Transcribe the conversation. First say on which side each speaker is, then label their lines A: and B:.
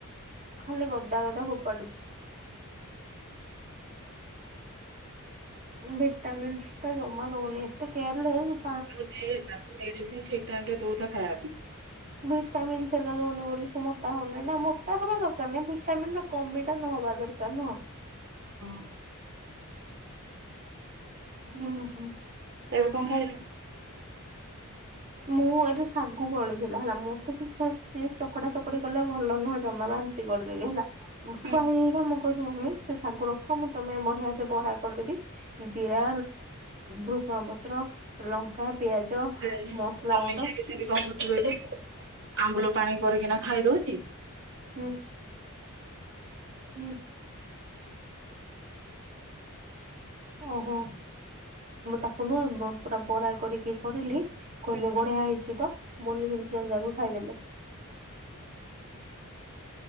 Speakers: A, on the right; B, on the right.
A: ଖାଲି ଗଦା ଗଦା ଫୋପାଡୁଚି।
B: ହୁଁ।
A: ଭଟାମିନ୍ସ ଟା ଜମା ଦଉନି। ଏତେ କେୟାରଲେସ
B: ତାକୁ ଦେହରେ ତାକୁ ମେଡିସିନ ଠିକ ଟାଇମ ରେ ଦଉଥା ଖାଇବା ପାଇଁ।
A: ଭିଟାମିନ ହରିକା ଦଉନି ବୋଲି ସେ ମୋଟା ହଉନି ନା ମୋଟା ହବା ଦରକାର ନାଇଁ ଭିଟାମିନ ର କମି ମୋଟା ନହବା ଦରକାର ନୁହ।
B: ହୁଁ ହ।
A: ହୁଁ ହୁଁ।
B: ଏବେ କଣ ଖାଇଲୁ?
A: ମୁଁ ଏଠି ଶାଗୁ ଵଳିଥିଲା ହେଲା ମୋତେ ସେ ଚକଡା ଚକଡି କଲେ ଭଲ ନୁହେଁ ଜମା ବାନ୍ ନ୍ତି କରିଦେବି ହେଲା। ମୁଥୁଆ
B: ହୁଁ
A: ହେଇ ହେଇକିନା ମୁଁ କହିଲି ମମି ସେ ଶାଗୁ ରଖ ମୁଁ ତମେ ବଢିଆ ସେ ବରା କରିଦେବି ଜିରା, ଭୂସଙ୍ଗପତ୍ର, ଲଙ୍କା, ପିଆଜ
B: ସେ ସମୀକ୍ଷା
A: ମସଲା ଗୁଣ୍ଡ
B: ବି ସେମିତି କଣ କରୁଛି କହିଲେ ଆମ୍ବୁଲ ପାଣି କରିକିନା ଖାଇଦଉଛି
A: ହୁଁ ହୁଁ। ଓହୋ ତାକୁ ନୁହ ପୁରା ବରା କରିକି କରିଲି କହିଲେ
B: ହୁଁ।
A: ବଢିଆ ହେଇଛି ତ <unintelligible> ଦୁଇଜଣ ଯାକ ଖାଇଦେଲେ।
B: ହଁ